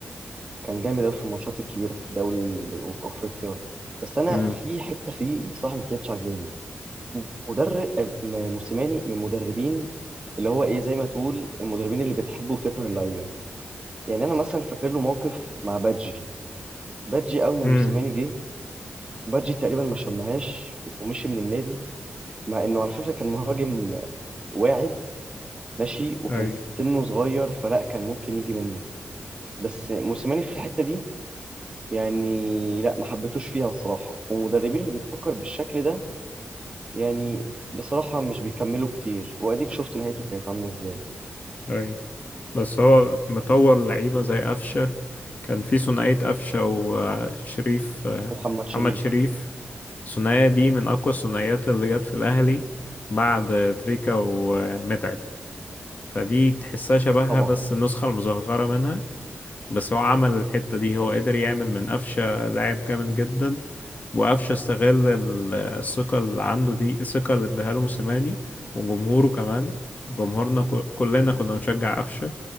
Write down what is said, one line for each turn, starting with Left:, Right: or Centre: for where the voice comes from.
Right: كان جامد قوي في الماتشات الكبيره في الدوري وفي افريقيا بس انا
Left: مم.
Right: في حته فيه بصراحه ما كانتش عاجباني مدرب آه، م- موسيماني من المدربين اللي هو ايه زي ما تقول المدربين اللي بتحب وتكره اللعيبه يعني انا مثلا فاكر له موقف مع بادجي بادجي اول ما
Left: امم
Right: موسيماني جه بادجي تقريبا ما شمهاش ومشي من النادي مع انه على فكره كان مهاجم واعد ماشي وكان
Left: امم اي
Right: سنه صغير فلا كان ممكن يجي منه بس موسيماني في الحته دي يعني لا ما حبيتوش فيها الصراحه والمدربين اللي بتفكر بالشكل ده يعني بصراحه مش بيكملوا كتير واديك شفت نهايته كانت عامله ازاي
Left: اي بس هو مطور لعيبة زي قفشة كان في ثنائية قفشة وشريف آه،
Right: ومحمد
Left: محمد
Right: شريف
Left: شريف الثنائية دي من أقوى الثنائيات اللي جت في الأهلي بعد تريكا ومتعب فدي تحسها شبهها
Right: طبعا
Left: بس النسخة المصغرة منها بس هو عمل الحتة دي هو قدر يعمل من قفشة لاعب جامد جدا وقفشة استغل ال- الثقة اللي عنده دي الثقة اللي اداها له موسيماني وجمهوره كمان جمهورنا ك- كلنا كنا بنشجع قفشة